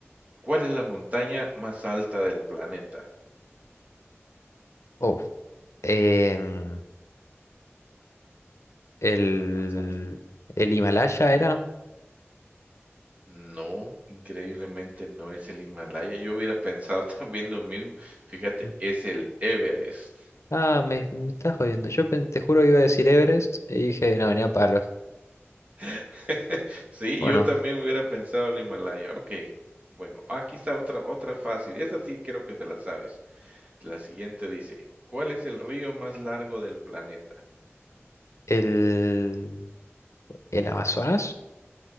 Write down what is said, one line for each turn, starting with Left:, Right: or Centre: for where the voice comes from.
Right: ¿Cuál es la montaña más alta del planeta?
Left: Oh, em, el,
Right: La más alta.
Left: el Himalaya era.
Right: No, increíblemente no es el Himalaya. Yo hubiera pensado <laughs> también lo mismo. Fíjate,
Left: Mm.
Right: es el Everest.
Left: Ah, me, me estás jodiendo. Yo pen- te juro que iba a decir Everest y dije, no, venía palos.
Right: <laughs> Sí,
Left: Bueno,
Right: yo también hubiera pensado el Himalaya. Ok. Bueno, aquí está otra, otra fácil. Esta sí creo que te la sabes. La siguiente dice, ¿cuál es el río más largo del planeta?
Left: el, el Amazonas.